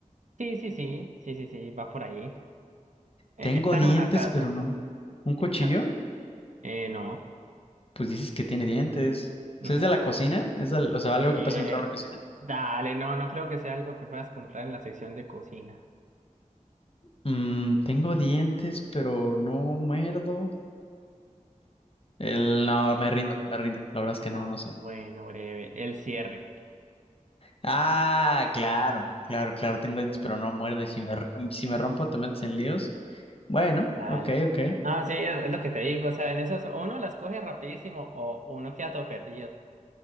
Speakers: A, on the right; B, on the left.
A: Sí, sí, sí, sí, sí, sí, va por ahí. Eh,
B: Tengo
A: está
B: dientes,
A: en una casa.
B: pero no. ¿Un cuchillo?
A: está en- Eh, no.
B: Pues dices que tiene dientes.
A: ujú.
B: O sea, ¿es de la cocina? ¿Es del- o sea, algo
A: Eh,
B: que pasa dentro de una cocina?
A: dale, no, no creo que sea algo que puedas comprar en la sección de cocina.
B: Mm, tengo dientes, pero no muerdo. El, no, me rindo, me rindo. La verdad es
A: No,
B: que no, no sé.
A: bueno, breve. El cierre.
B: Ah, claro, claro, claro.
A: Mm,
B: Tengo dientes, pero no muerdo. Y si me, r- si me rompo, te metes en líos. Bueno,
A: Dale.
B: ok, ok.
A: Ah, sí, es, es lo que te digo. O sea, en esos o uno las coge rapidísimo o uno queda todo perdido.